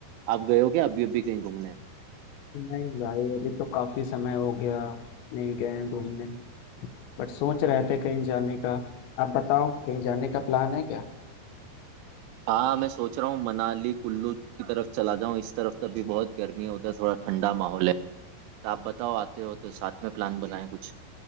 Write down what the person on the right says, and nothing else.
आप गए हो क्या अभी अभी कहीं घूमने
हाँ मैं सोच रहा हूँ मनाली कुल्लू की तरफ चला जाऊं इस तरफ तो अभी बहुत गर्मी है उधर थोड़ा ठंडा माहौल है तो आप बताओ आते हो तो साथ में प्लान बनाएं कुछ